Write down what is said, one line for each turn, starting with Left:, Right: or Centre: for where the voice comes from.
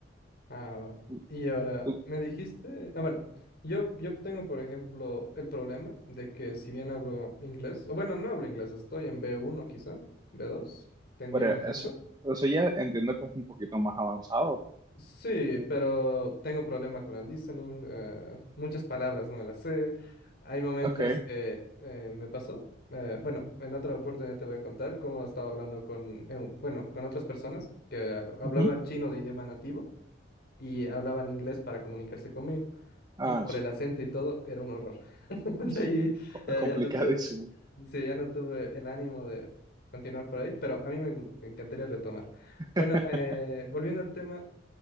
Left: Ah, va.
Right: Tú,
Left: Y ahora,
Right: tú,
Left: me dijiste, ah, bueno, yo, yo tengo, por ejemplo, el problema de que si bien hablo inglés, o bueno, no hablo inglés, estoy en b uno quizá, b dos, tendiendo
Right: pero
Left: mucho.
Right: eso, eso ya entiendo que es un poquito más avanzado.
Left: Sí, pero tengo problema con el listening. eh, muchas palabras no me las sé. Hay momentos
Right: Ok.
Left: que eh, me pasó. eh, bueno, en otra oportunidad te voy a contar cómo estaba hablando con, eh, un- bueno, con otras personas que hablaban
Right: ujú.
Left: chino de idioma nativo y hablaban inglés para comunicarse conmigo.
Right: Ah,
Left: Y por
Right: sí,
Left: el acento y todo, era un horror. <laughs>
Right: sí,
Left: De ahí
Right: co-
Left: ya,
Right: es complicadísimo.
Left: ya no tuve, sí, ya no tuve el ánimo de continuar por ahí, pero a mí me, gu- me encantaría retomar.
Right: <laughs>
Left: Bueno, eh, volviendo al tema.